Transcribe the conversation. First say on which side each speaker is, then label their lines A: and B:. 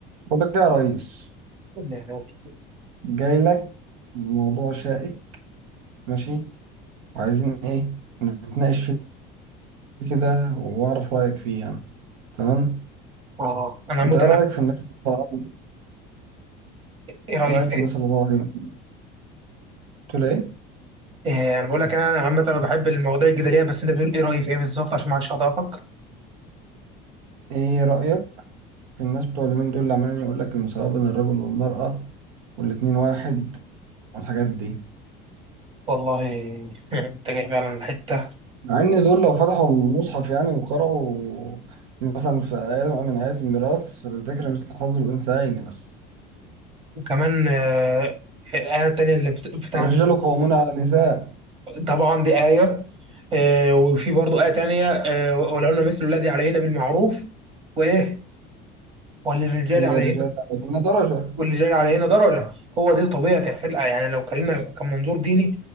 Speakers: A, on the right; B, on the right.
A: بقول لك يا ريس
B: النبي
A: جاي لك بموضوع شائك ماشي وعايزين ايه نتناقش فيه كده واعرف رايك فيه يعني تمام
B: اه انا عامه
A: انت ايه
B: انا
A: رايك في الناس اللي طالعه دي؟
B: ايه رايي
A: إيه رايك
B: في
A: في الناس
B: ايه
A: اللي طالعه دي تقول ايه
B: إيه، انا بقول لك انا عامه انا بحب المواضيع الجدليه بس انت بتقول ايه رايي في ايه بالظبط عشان ما اعرفش اضعفك
A: ايه رايك في الناس بتوع اليومين دول اللي عمالين يقول لك المساواه بين الرجل والمراه والاتنين واحد والحاجات دي
B: والله <laughs> انت جاي فعلا من الحته
A: مع ان دول لو فتحوا المصحف يعني وقرأوا مثلا في آية من آيات الميراث فللذكر مثل حظ الأنثيين بس
B: وكمان آه، الايه التانيه اللي بت- بتاعت
A: الرجال قوامون على النساء
B: طبعا دي ايه آه، وفي برضه ايه تانيه آه، ولهن مثل الذي علينا بالمعروف وايه وللرجال
A: من
B: علينا
A: الرجال إن درجة
B: واللي جرى علينا درجة هو دي طبيعة الخلق يعني لو اتكلمنا كمنظور ديني